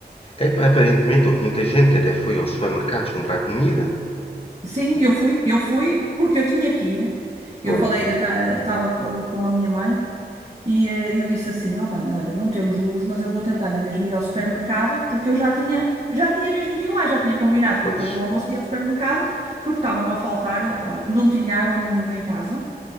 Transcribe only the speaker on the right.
Sim, eu fui, eu fui porque eu tinha que ir. Eu
falei, eu estava com a minha mãe E eh, eu disse assim: Oh mãe, olha, não temos luz, mas eu vou tentar na mesma ir ao supermercado, porque eu já tinha, já tinha mesmo que ir lá, já tinha combinado que
depois do almoço ia ao supermercado, porque estava-me a faltar, eh, olha, não tinha água nenhuma em casa,